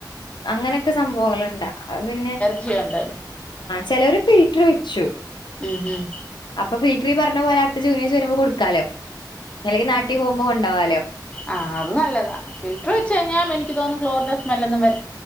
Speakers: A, on the left; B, on the left.
A: അങ്ങനെയൊക്കെ സംഭവങ്ങുണ്ട പിന്നെ
B: ജിയുണ്ട്
A: ചില ഒരു ഫിൽട്ടർ വെച്ചു
B: ഉം ഹും
A: അപ്പൊ ഫിൽട്ടറി പറഞ്ഞ പോലെ അടുത്ത ജൂനിയഴസ് വരുമ്പോ കൊടുക്കാലോ അല്ലെങ്കിൽ നട്ടിൽ പോകുമ്പോ കൊണ്ടാവാലോ
B: ആ അത് നല്ലതാ ഫിൽട്ടർ വെച്ച് കഴിഞ്ഞാൽ എനിക്ക് തോന്നുന്നു ക്ലോറിഡോ സ്മെല്ലൊന്നും വര